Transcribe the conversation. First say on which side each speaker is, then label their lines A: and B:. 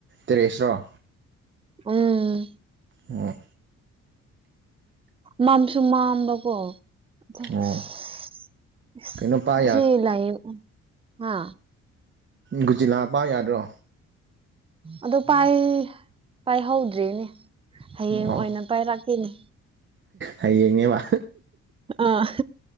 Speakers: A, on the right; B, on the right.
A: ꯇꯦꯔꯦꯁꯔꯣ?
B: ꯎꯝ
A: ꯑꯣ
B: ꯃꯝꯁꯨ ꯃꯝꯕꯀꯣ <unintelligible>
A: ꯑꯣ ꯀꯩꯅꯣ ꯄꯥ
B: ꯑꯁꯤ ꯂꯩꯌꯦ ꯍꯥ
A: ꯒꯨꯨꯖꯤꯜꯂꯥ ꯄꯥꯏ ꯌꯥꯗ꯭ꯔꯣ
B: ꯑꯗꯣ ꯄꯥꯏ ꯄꯥꯏꯍꯧꯗ꯭ꯔꯦꯅꯦ ꯍꯌꯦꯡ
A: ꯑꯣ
B: ꯑꯣꯏꯅ ꯄꯥꯏꯔꯛꯀꯦꯅꯦ
A: ꯍꯌꯦꯡꯅꯦꯕ
B: ꯑꯥ